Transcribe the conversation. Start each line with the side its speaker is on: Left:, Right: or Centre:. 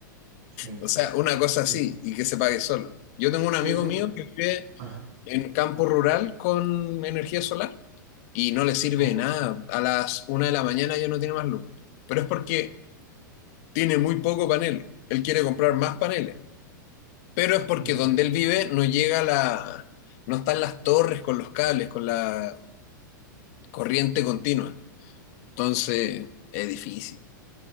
Right: Sí.
Left: O sea, una cosa
Right: Sí.
Left: así y que se pague solo. Yo tengo un amigo
Right: Sí, es un...
Left: mío
Right: re-
Left: que vive
Right: Ajá.
Left: en campo rural con energía solar y no le sirve
Right: Ok.
Left: de nada. A las una de la mañana ya no tiene más luz. Pero es porque tiene muy poco paneles. Él quiere comprar más paneles. Pero es porque
Right: Ya.
Left: donde él vive no llega la... no están las torres con los cables, con la corriente continua. Entonces, es difícil.